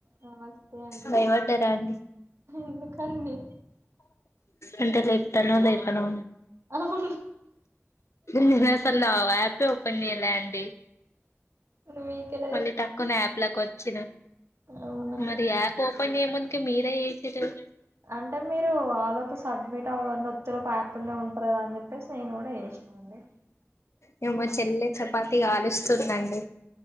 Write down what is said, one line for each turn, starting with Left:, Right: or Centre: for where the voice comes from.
Right: నమస్తే అండి
Left: భయబడ్డారా అండి
Right: ఎందుకండి
Left: అంటే లేపుతనో లేపనో
Right: అవును
Left: నిన్నసలు ఆ యాపే ఓపెన్ చేయలే అండి
Right: నీకే
Left: మళ్ళీ టక్కున యాప్ లాకి వచ్చిన
Right: అవునా
Left: మరి యాప్ ఓపెన్ చేయ ముందు తి మీరే చేసిర్రు
Right: అంటే మీరు ఆలోపు సబ్మిట్ అవ్వ న ఒత్తేలోపు యాప్ లనే ఉంటరు కదా అని చెప్పేసి నేను కూడా చేసిన అండి
Left: ఎమో మా చెల్లె చపాతి కాలుస్తుందండి